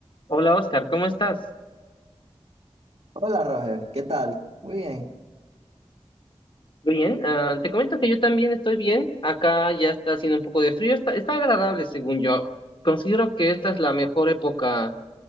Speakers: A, on the left; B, on the right.
A: Hola Oscar, ¿cómo estás?
B: Hola Roger, ¿qué tal? Muy bien.
A: Bien, ah, te comento que yo también estoy bien. Acá ya está haciendo un poco de frío, está, está agradable según yo. Considero que esta es la mejor época